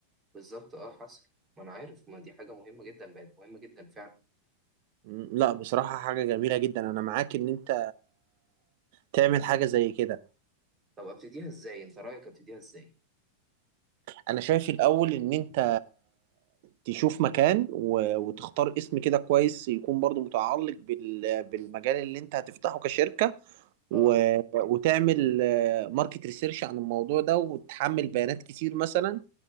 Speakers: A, on the right (about 20°); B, on the right (about 50°).
A: بالظبط اه حصل ما انا عارف ما دي حاجه مهمه جدا بقت مهمه جدا فعلا
B: م، لا بصراحة حاجة جميلة جدا انا معاك ان انت تعمل حاجة زي كده
A: طب ابتديها ازاي انت رايك ابتديها ازاي
B: انا شايف الاول ان انت تشوف مكان و- وتختار اسم كده كويس يكون برضو متعلق بال- بالمجال اللي انت هتفتحه كشركة و-
A: اه
B: وتعمل ماركت ريسيرش عن الموضوع ده وتحمل بيانات كتير مثلا